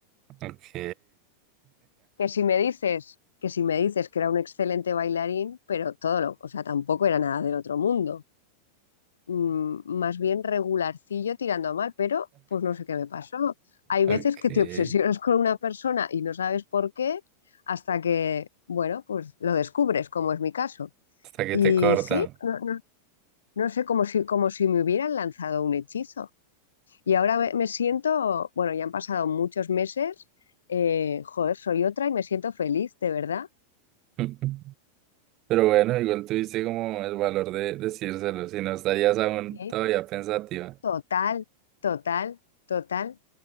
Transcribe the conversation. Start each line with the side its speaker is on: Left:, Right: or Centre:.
Right: Ok,
Left: que si me dices, que si me dices que era un excelente bailarín, pero todo lo, o sea, tampoco era nada del otro mundo. Mm, más bien regularcillo tirando a mal, pero pues no sé qué me pasó. Hay
Right: ok.
Left: veces que te obsesionas con una persona y no sabes por qué hasta que, bueno, pues lo descubres, como es mi caso.
Right: Hasta que
Left: Y
Right: te cortan.
Left: sí, no, no, no sé, como si, como si me hubieran lanzado un hechizo. Y ahora me, me siento, bueno, ya han pasado muchos meses, eh, joder, soy otra y me siento feliz, de verdad.
Right: <laughs> Pero bueno, igual tuviste como el valor de decírselo, si no estarías aún
Left: Sí,
Right: todavía pensativa.
Left: Total, total, total,